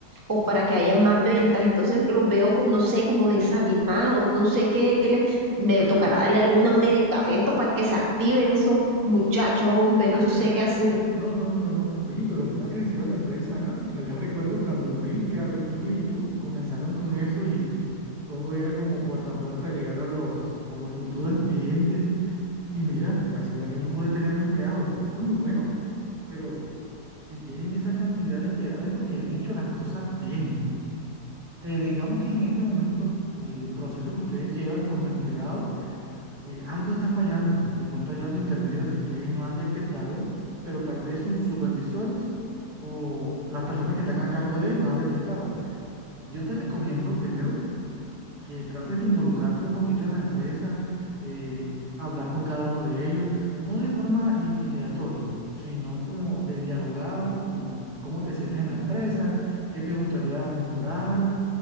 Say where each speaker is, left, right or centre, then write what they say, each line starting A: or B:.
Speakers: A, on the right; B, on the right.
A: o para que haya más ventas. Entonces los veo como, no sé, como desanimados, no sé qué, qué les, me tocará darle algún medicamento para que se activen esos muchachos, hombre,
B: <laughs>
A: no sé qué hacer.
B: No, no, no, no. Oye, pero ¿cómo ha crecido la empresa? ah? Todavía recuerdo cuando Wilcar, Julie y tú comenzaron con eso y todo era como puerta a puerta llegar a los, a los futuros clientes. Y mira, ya se dan el lujo de tener empleados, eso es muy bueno, pero si tienen esa cantidad de empleados es porque han hecho las cosas bien. Eh, digamos que en este momento el proceso que ustedes llevan con los empleados, eh, algo está fallando, de pronto hay algo intermedio que ustedes no han detectado, pero tal vez sus supervisores o las personas que están a cargo de ellos han detectado. Yo te recomiendo primero que trates de involucrarte un poquito en la empresa, eh, hablar con cada uno de ellos, no de forma intimidatoria, sino como de dialogar, como cómo te sientes en la empresa, qué te gustaría mejorar.